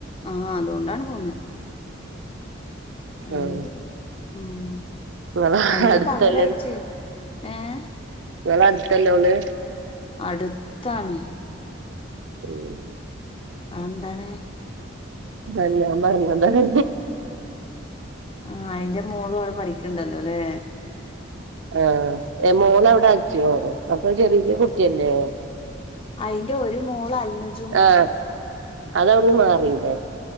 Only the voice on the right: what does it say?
ആഹ്
ഇങ്ങളെ
അടുത്തല്ലേ
ഇങ്ങളെ അടുത്തല്ലോള്
ഉം
നല്ലോം പറഞ്ഞതാണ്
ആഹ് മോളവിടെ ആക്കിയോ അപ്പോ ചെറിയ കുട്ടിയല്ലേ
ആഹ് അതവിടുന്ന് മാറില്ലേ